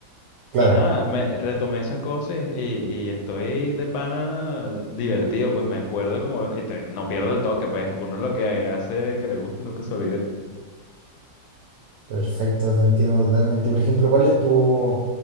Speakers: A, on the right (about 80°); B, on the left (about 85°).
A: Claro,
B: Y nada, me retomé esas cosas y, y estoy de pana divertido, pues me acuerdo como, y te- no pierdo el toque, pues uno lo que hace que le gusta nunca se olvida.
A: perfecto, te entiendo totalmente. Por ejemplo, ¿cuál es tu